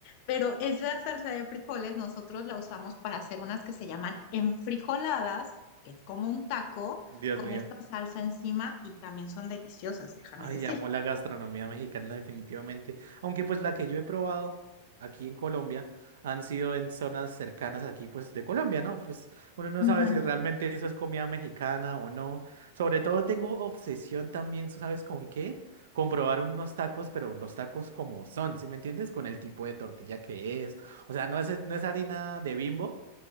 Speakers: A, on the left; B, on the right.
A: pero esa salsa de frijoles nosotros la usamos para hacer unas que se llaman enfrijoladas, que es como un taco
B: Dios
A: con
B: mío.
A: esta salsa encima y también son deliciosas, déjame
B: Ay,
A: decirte.
B: amo la gastronomía mexicana definitivamente. Aunque pues la que yo he probado aquí en Colombia han sido en zonas cercanas aquí pues de Colombia, ¿no? Pues uno no
A: Ujú,
B: sabe si realmente eso es comida mexicana o no. Sobre todo tengo obsesión también, tú ¿sabes con qué? Comprobar unos tacos, pero los tacos como son, ¿sí me entiendes? Con el tipo de tortilla que es. O sea, no es, no es harina de Bimbo,